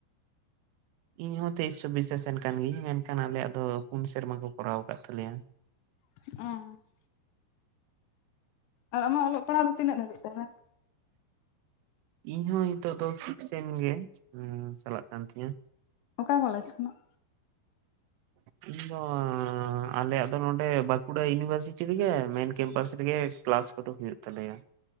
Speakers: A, on the right; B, on the left.
A: ᱤᱧ ᱦᱚᱸ ᱛᱮᱭᱤᱥ ᱪᱚᱵᱵᱤᱥ ᱥᱮᱥᱮᱱ ᱠᱟᱱ ᱜᱤᱭᱟᱹᱧ ᱢᱮᱱᱠᱷᱟᱱ ᱟᱞᱮᱭᱟᱜ ᱫᱚ ᱯᱩᱱ ᱥᱮᱨᱢᱟ ᱠᱚ ᱠᱚᱨᱟᱣ ᱟᱠᱟᱫ ᱛᱟᱞᱮᱭᱟ᱾
B: <inaudible> ᱟᱨ ᱟᱢᱟᱜ ᱚᱞᱚᱜ ᱯᱟᱲᱦᱟᱜ ᱫᱚ ᱛᱤᱱᱟᱹᱜ ᱫᱷᱟᱹᱵᱤᱡ
A: ᱤᱧ ᱦᱚᱸ ᱦᱤᱛᱚᱜ ᱫᱚ ᱥᱮᱠ ᱥᱮᱢ ᱜᱮ ᱪᱟᱞᱟᱜ ᱠᱟᱱ ᱛᱤᱧᱟᱹ᱾
B: ᱚᱠᱟ ᱠᱚᱞᱮᱡᱽ ᱠᱷᱚᱱᱟᱜ?
A: ᱤᱧ ᱫᱚ ᱟᱞᱮᱭᱟᱜ ᱫᱚ ᱱᱚᱰᱮ ᱵᱟᱸᱠᱩᱲᱟ ᱤᱭᱩᱱᱤᱵᱷᱟᱨᱥᱤᱴᱤ ᱨᱮᱜᱮ ᱢᱮᱱ ᱠᱮᱢᱯᱟᱥ ᱨᱮᱜᱮ ᱠᱮᱞᱟᱥ ᱠᱚᱫᱚ ᱦᱩᱭᱩᱜ ᱛᱟᱞᱮᱭᱟ᱾